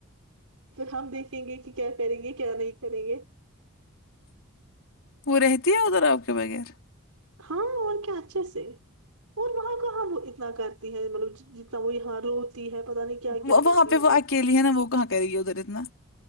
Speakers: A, on the right (about 90°); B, on the left (about 65°).
A: پھر ہم دیکھ دیکیں گے کہ کیا کریں گے کیا نہیں کریں گے
B: وہ رہتی ہے ادھر آپ کے بغیر
A: ہاں اور کیا اچھے سے اور وہاں کہاں وہ اتنا کرتی ہے مطلب جی وہ یہاں روتی ہے پتا نہیں کیا
B: وہ-
A: کیا کرتی
B: وہاں پہ
A: ہے وہ
B: اکیلی ہے نا وہ کہاں کرے گی ادھر اتنا